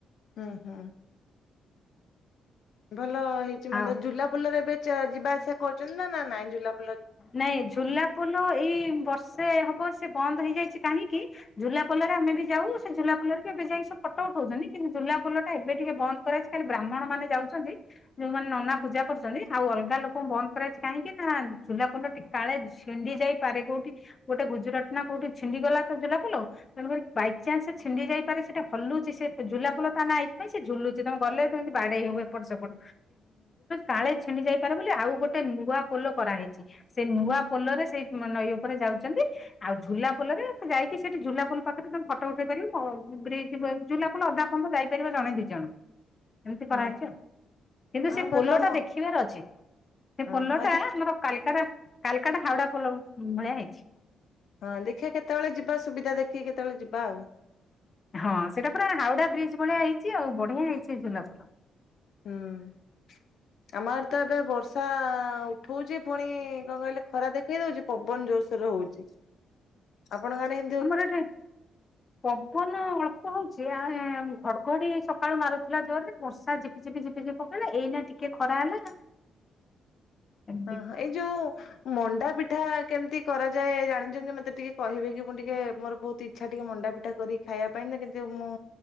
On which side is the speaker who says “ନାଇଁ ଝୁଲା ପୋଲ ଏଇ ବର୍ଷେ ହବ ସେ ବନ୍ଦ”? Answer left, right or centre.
Left